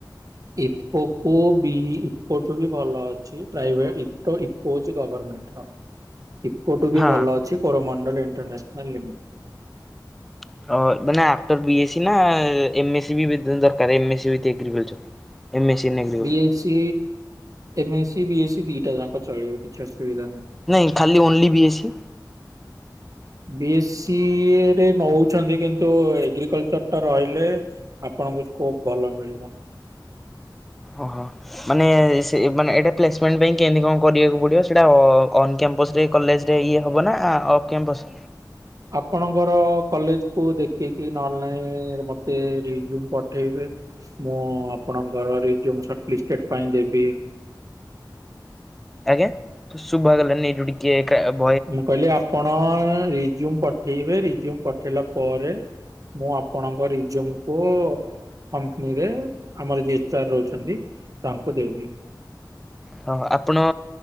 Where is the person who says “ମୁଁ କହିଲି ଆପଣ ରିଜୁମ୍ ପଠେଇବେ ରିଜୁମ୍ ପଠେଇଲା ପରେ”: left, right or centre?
Right